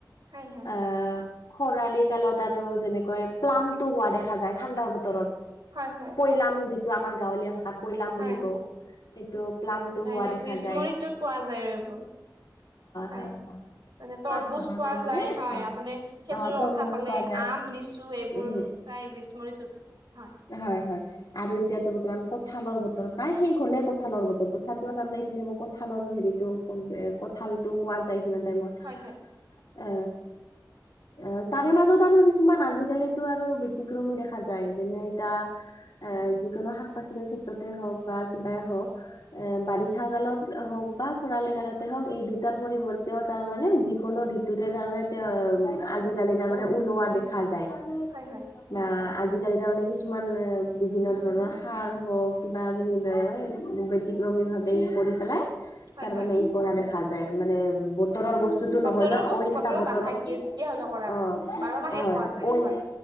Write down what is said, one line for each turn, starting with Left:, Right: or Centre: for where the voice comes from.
Right: হয় হয়
Left: আ খৰালি কালত আৰু যেনেকৈ প্লামটো হোৱা দেখা যায় ঠাণ্ডাৰ বতৰত
Right: হয় হয়।
Left: প্লাম যিটো আমাৰ গাঁৱলীয়া ভাষাত পইলাম
Right: হয়
Left: বুলি কওঁ। সেইটো প্লামটো
Right: আপোনাৰ
Left: হোৱা
Right: এতিয়া
Left: দেখা
Right: গ্ৰীষ্ম
Left: যায়
Right: ঋতুত পোৱা যায় আৰু এইবোৰ হয়।
Left: হয়
Right: মানে
Left: সেনেকুৱা
Right: তৰমুজ
Left: ধৰণৰ
Right: পোৱা
Left: তাৰমানে
Right: যায়, হয়
Left: এ
Right: আপুনি খেজুৰৰ
Left: তৰমুজ
Right: কথা কলে,
Left: পোৱা যায়
Right: আম লিচু এইবোৰ।
Left: উম
Right: প্ৰায় গ্ৰীষ্ম ঋতুত হয়।
Left: হয় হয়, আৰু এতিয়াতো বৰ্তমান কঠালৰ বতৰ, প্ৰায় শেষ হলেই কঁঠালৰ বতৰ তথাপ তোমাৰ তাৰমানে এইখিনি সময়ত কঠালৰ হেৰিটো এ, কঁঠালটো পোৱা যায় সিমান টাইমত।
Right: হয় হয়।
Left: আ
Right: <inaudible>
Left: অ' তাৰে মাজত আৰু কিছুমান আজিকালিতো আৰু বতিক্ৰমী দেখা যায় যেনে এতা এ, যিকোনো শাক পাচলিৰ ক্ষেত্ৰতে হওঁক বা কিবাই হওঁক এ, বাৰিষা কালত হওঁক বা খৰালি কালতে হওঁক এই দুটাৰ পৰিৱৰ তেওঁ তাৰ মানে যিকোনো ঋতুতে তাৰমানে তে, আজিকালি তাৰমানে ওলোৱা দেখ খা যায়।
Right: হয় হয়
Left: বা আজিকালি তাৰমানে কিছুমান বিভিন্ন ধৰণৰ সাৰ হওঁক কিবা কিনিব এ ব্যতিক্ৰমী ভাৱে ই কৰি পেলাই
Right: হয়
Left: তাৰমানে
Right: হয়
Left: ই কৰা দেখা যায় মানে বতৰৰ বস্তু টোটো
Right: বতৰৰ
Left: নহ'লেও
Right: বস্তু
Left: অইন এটা বতৰত
Right: নাথাকে যেতিয়া হ'লেও কৰা
Left: অ'
Right: বাৰ মাহে
Left: হয়
Right: পোৱা যায়
Left: অইন
Right: হয়।